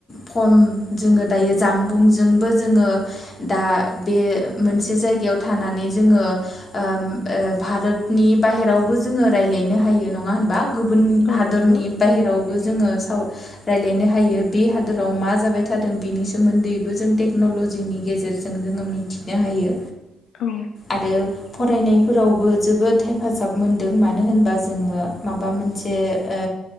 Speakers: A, on the left; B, on the left.
A: फन जोङो दायो जामबुंजोंबो जोङो दा बे मोनसे जायगायाव थानानै जोङो ओम ओ भारतनि बाहेरावबो जोङो रायलायनो हायो नङा होनबा गुबुन
B: औ
A: हादरनि
B: नंगौ
A: बाहेराव बो जोङो साव रायलायनो हायो बे हादोराव मा जाबाय थादों बेनि सोमोन्दैबो जों टेक्न'लजिनि गेजेरजों जोङो मिथिनो हायो
B: औ
A: आरो फरायनाय फोरावबो जोबोद हेफाजाब मोनदों मानो होनबा जोङो माबा मोनसे ओ